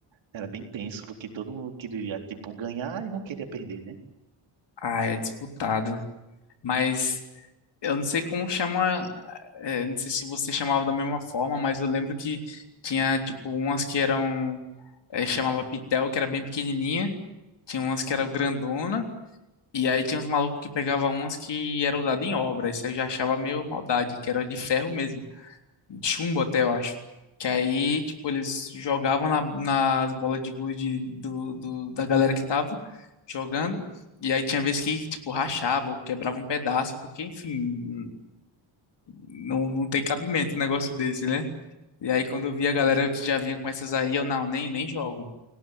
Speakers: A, on the right; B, on the left.
A: era bem tenso, porque todo mundo queria, tipo, ganhar e não queria perder, né?
B: Ah, é disputado. Mas eu não sei como chama, é, não sei se você chamava da mesma forma, mas eu lembro que tinha, tipo, umas que eram, é, chamava pitel, que era bem pequenininha, tinha umas que eram grandona, e aí tinha uns malucos que pegavam umas que eram usadas em obra, isso eu já achava meio maldade, que era de ferro mesmo. chumbo até, eu acho. Que aí, tipo, eles jogavam na, nas bolas de gude do, do- da galera que tava jogando. E aí tinha vezes que, tipo, rachava ou quebrava um pedaço, porque, enfim, não, não tem cabimento um negócio desse, né? E aí, quando eu vi a galera que já vinha com essas aí, eu, não, nem, nem jogo.